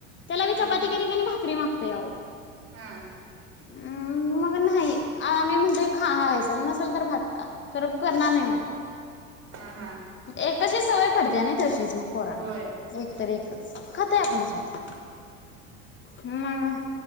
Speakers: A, on the left; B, on the right.
A: त्याला
B: हा
A: ती चपाती
B: हा
A: केली की भाकरी माग ते आहो.
B: हा.
A: हम्म, मग नाही आम्ही म्हणतोय खा हाय असेल नसेल तर भात खा. कर करणार नाही भाकऱ्या.
B: हा हा
A: एकशी सवय पडते त्यांने तशीच मग पोरांना
B: होय
A: एक तर एक. खत आहे आपणच मग हम्म मग.